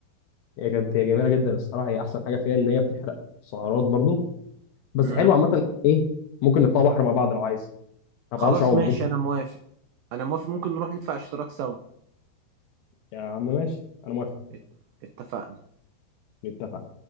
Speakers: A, on the left (about 70°); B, on the right (about 85°).
A: هي كانت هي جميله جدا الصراحه هي احسن حاجه فيها ان هي بتحرق سعرات برضو بس
B: امم
A: حلو عامه ايه ممكن نطلع بحر مع بعض لو عايز ما
B: خلاص
A: بعرفش اعوم
B: ماشي
A: ممكن
B: أنا موافق أنا موافق ممكن نروح ندفع اشتراك سوا
A: يا عم ماشي انا موافق
B: ات- اتفقنا
A: نتفق